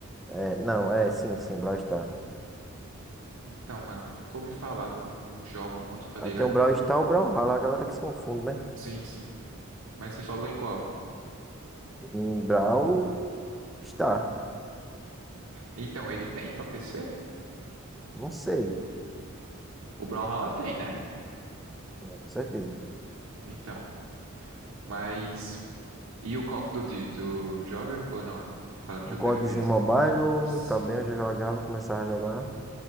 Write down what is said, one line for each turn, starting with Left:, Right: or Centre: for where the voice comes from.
Centre: É, não, é, sim, sim, o Brawl Stars.
Right: Então, mano, nunca ouvi falar, não, não jogo muito, tá ligado?
Centre: Aí tem o Brawl Stars e o Brawlhalla, a galera que se confunde, né?
Right: Sim, sim. Mas você falou em qual?
Centre: Em Brawl Stars.
Right: Então, ele tem pra PC?
Centre: Não sei,
Right: O Brawlhalla tem, né?
Centre: não, com certeza.
Right: Então, mas E o Call of Duty, tu joga ou não? Falando de
Centre: Um
Right: jogo
Centre: CODzinho
Right: de FPS,
Centre: mobile
Right: tu-
Centre: eu
Right: Sim,
Centre: também eu já jogava, começava a jogar.